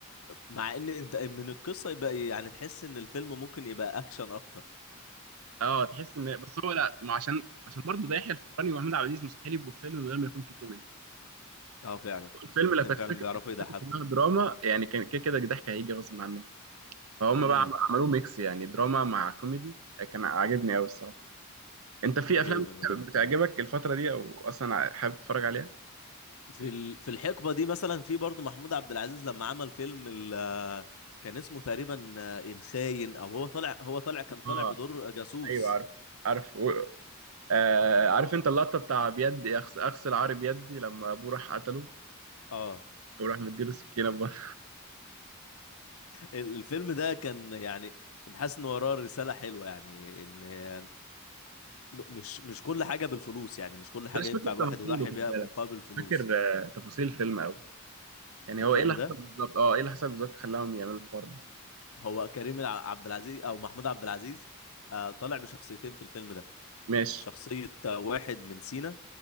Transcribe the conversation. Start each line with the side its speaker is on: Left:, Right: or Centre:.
Left: مع ان انت من القصه يبقى يعني تحس ان الفيلم ممكن يبقى اكشن اكتر
Right: اه تحس ان بس هو لا ما عشان عشان برضه ده يحيى الفخراني ومحمود عبد العزيز مستحيل يبقوا في فيلم من غير ما يكون في كوميدي
Left: اه فعلا
Right: الفيلم
Left: الاتنين
Right: لو كانت
Left: فعلا
Right: فكره
Left: بيعرفوا
Right: كانت
Left: يضحكوا
Right: فكرة كلها دراما يعني كان كده كده الضحك هيجي غصب عنه فهم
Left: امم
Right: بقى عم- عملوه ميكس يعني دراما مع كوميدي آه، كان عاجبني قوي الصراحه انت في
Left: لا
Right: افلام
Left: جامد والله
Right: بتعجبك الفتره دي او اصلا حابب تتفرج عليها
Left: في ال... في الحقبه دي مثلا في برضو محمود عبد العزيز لما عمل فيلم ال... آه، كان اسمه تقريبا آه، الخاين او هو طالع هو طالع كان طالع
Right: اه
Left: بدور جاسوس
Right: ايوه عارف عارف و... آه عارف انت اللقطه بتاع بيدي أغس- اغسل عاري بيدي لما ابوه راح قتله
Left: اه
Right: وراح مديله سكينه في بطنه.
Left: ال- الفيلم ده كان يعني من حاسس ان وراه رسالة حلوة يعني ان م- مش مش كل حاجة بالفلوس يعني مش كل حاجة
Right: مش
Left: ينفع
Right: فاكر
Left: الواحد
Right: تفاصيله
Left: يضحي بيها مقابل فلوس
Right: فاكر آه، تفاصيل الفيلم قوي يعني
Left: الفيلم
Right: هو ايه اللي
Left: ده
Right: حصل بالظبط اه ايه اللي حصل بالظبط خلاهم يعملوا الحوار ده
Left: هو كريم الع- عبد العزيز او محمود عبد العزيز آه، طالع بشخصيتين في الفيلم ده
Right: ماشي
Left: شخصية آه، واحد من سينا